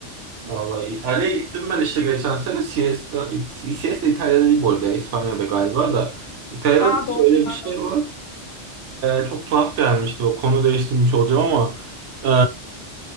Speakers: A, on the right; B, on the left.
A: Vallahi İtalya'ya gittim ben işte geçen sene. Siesta, Siesta İtalya'da değil bu arada. İspanya'da galiba da. İtalya'da
B: Ha
A: da
B: doğru
A: şöyle
B: pardon.
A: bir şey var. Ee, çok tuhaf gelmişti. O konu değiştirmiş olacağım ama. ee,